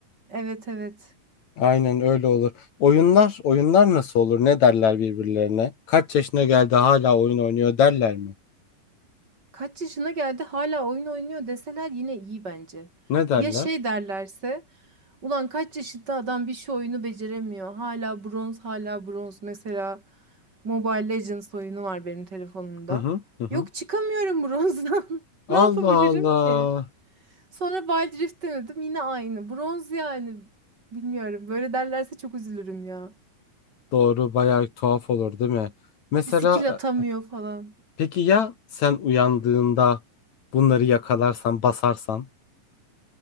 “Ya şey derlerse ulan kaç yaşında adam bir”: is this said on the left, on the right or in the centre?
Right